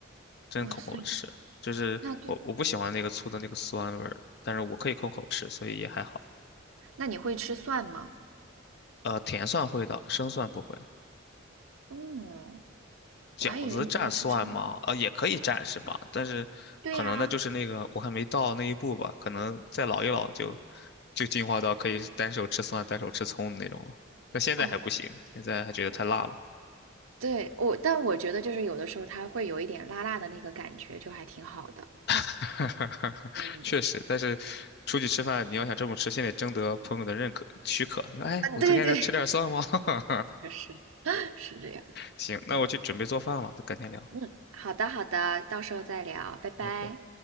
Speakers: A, on the left (about 50°); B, on the right (about 85°).
A: 真空口吃，
B: 哇塞，
A: 就是我我不喜欢那个醋的那个酸味儿，
B: 那这嗯，
A: 但是我可以空口吃，所以也还好。
B: 那你会吃蒜吗？
A: 呃，甜蒜会的，生蒜不会。
B: 嗯，
A: 饺子蘸蒜吗？
B: 我还以为你不会吃生蒜。
A: 呃，也可以蘸是吧？但是可能呢，
B: 对呀，
A: 就是那个我还没到那一步吧，可能再老一老就就进化到可以单手吃蒜、单手吃葱的那种了。但现在还不行，
B: 哦，
A: 现在还觉得太辣了。
B: 对，我，但我觉得就是有的时候它会有一点辣辣的那个感觉，就还挺好的。
A: <laughs>
B: 嗯，
A: 确实，但是出去吃饭，你要想这么吃，先得征得朋友的认可许可。说，哎，
B: 啊，
A: 我今天能吃点蒜吗？
B: 对对，<laughs>
A: <laughs>
B: 确实。是这样。
A: 行，那我去准备做饭了，
B: 嗯
A: 咱改天聊，
B: 嗯，好的好的，到时候再聊，拜拜。
A: 拜拜。